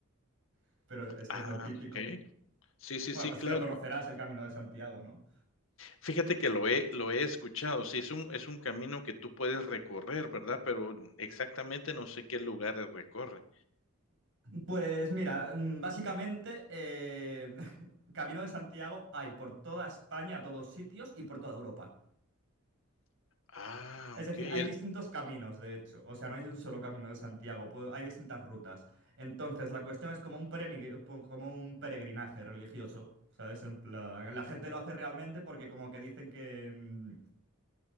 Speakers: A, on the right (about 65°); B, on the left (about 70°).
A: <laughs> pero es que
B: ah,
A: es lo típico.
B: ok. Sí, sí,
A: Bueno,
B: sí,
A: es-
B: claro.
A: lo conocerás el Camino de Santiago, ¿no?
B: Fíjate que lo he lo he escuchado, sí, es un es un camino que tú puedes recorrer, ¿verdad? Pero exactamente no sé qué lugares recorre.
A: Pues mira, mm, básicamente, eh, <laughs> Camino de Santiago hay por toda España, a todos sitios y por toda Europa.
B: Ah,
A: Es
B: okey,
A: decir, hay distintos
B: es
A: caminos, de hecho. O sea, no hay un solo camino de Santiago, pu- hay distintas rutas. Entonces, la cuestión es como un, pereni- como un peregrinaje religioso, ¿sabes? En plan, la gente lo hace realmente porque como que dicen que, mm,